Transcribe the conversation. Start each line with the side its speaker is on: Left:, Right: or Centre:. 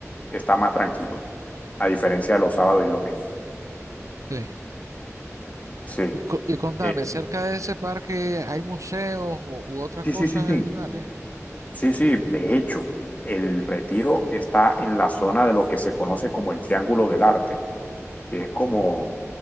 Left: está más tranquilo, a diferencia de los sábados y domingos.
Right: sí.
Left: Sí,
Right: Y, co- y contame,
Left: Eh,
Right: cerca de ese parque hay museos u, u otras
Left: sí,
Right: cosas
Left: sí, sí, sí.
Right: adicionales.
Left: Sí, sí, de hecho, el Retiro está en la zona de lo que se conoce como el Triángulo del Arte, que es como